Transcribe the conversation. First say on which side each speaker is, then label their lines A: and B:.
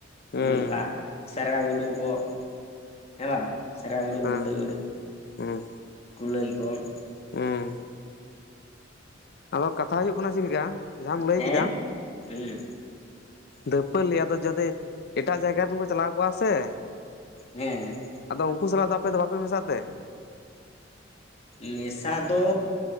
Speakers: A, on the left (about 55°); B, on the left (about 35°).
A: ᱦᱩᱸ
B: ᱱᱚᱝᱠᱟ ᱥᱟᱨᱜᱟ ᱜᱩᱰᱩ ᱠᱚ᱾ ᱦᱮᱸ ᱵᱟᱝ ᱥᱟᱹᱨᱜᱟ ᱜᱩᱰᱩ
A: ᱦᱮᱸ
B: ᱵᱩᱞᱫᱟᱹ ᱜᱩᱰᱩ
A: ᱦᱩᱸ
B: ᱠᱩᱞᱟᱹᱭ ᱠᱚ ᱾
A: ᱦᱩᱸ ᱟᱫᱚ ᱠᱟᱛᱷᱟ ᱦᱩᱭᱩᱜ ᱠᱟᱱᱟ ᱪᱮᱫ ᱞᱮᱠᱟ ᱡᱟᱸᱟᱢ ᱞᱟᱹᱭ
B: ᱦᱮᱸ
A: ᱠᱮᱫᱟ ᱾
B: ᱦᱩᱸ
A: ᱫᱷᱟᱹᱯᱟᱹᱞᱤ ᱟᱫᱚ ᱡᱟᱫᱤ ᱮᱴᱟᱜ ᱡᱟᱭᱜᱟ ᱨᱮᱱ ᱠᱚ ᱪᱟᱞᱟᱣ ᱠᱚᱜᱼᱟ ᱥᱮ ᱾
B: ᱦᱮᱸ ᱦᱮᱸ ᱾
A: ᱟᱫᱚ ᱩᱱᱠᱩ ᱥᱟᱞᱟᱜ ᱫᱚ ᱟᱯᱮ ᱫᱚ ᱵᱟᱯᱮ ᱢᱮᱥᱟᱜ ᱛᱮ?
B: ᱢᱮᱥᱟ ᱫᱚ